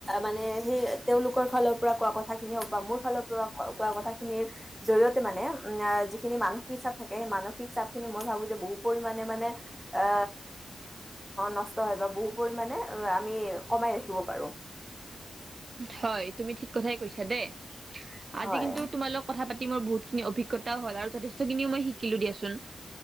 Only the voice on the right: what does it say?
হয়। তুমি ঠিক কথাই কৈছা দেই। আজি
কিন্তু তোমাৰ লগত কথা পাতি মই বহুত খিনি অভিজ্ঞতাও হল আৰু যথেষ্টখিনিও মই শিকিলো দিয়াচোন।